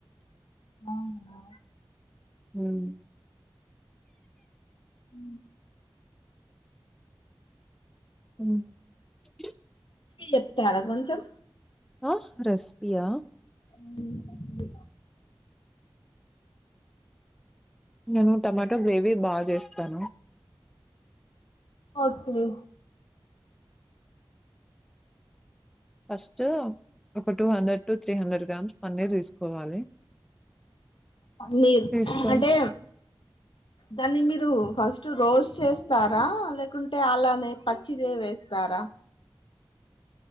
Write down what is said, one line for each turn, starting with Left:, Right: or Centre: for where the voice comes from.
Left: అవునా
Centre: ఉమ్
Left: ఉ
Centre: ఉ
Left: చెప్తార కొంచం
Centre: ఆ రెస్పియా
Left: ఉమ్
Centre: నేను టమాటో గ్రేవీ బా చేస్తాను
Left: ఒకే
Centre: ఫస్టు ఒక two hundred to three hundred grams paneer తీసుకోవాలి
Left: మీ
Centre: తీసుకొని
Left: అంటే దాన్ని మీర్ రు ఫస్ట్ రోస్ట్ చేస్తారా లేకుంటే అలానే పచ్చిదే వేస్తారా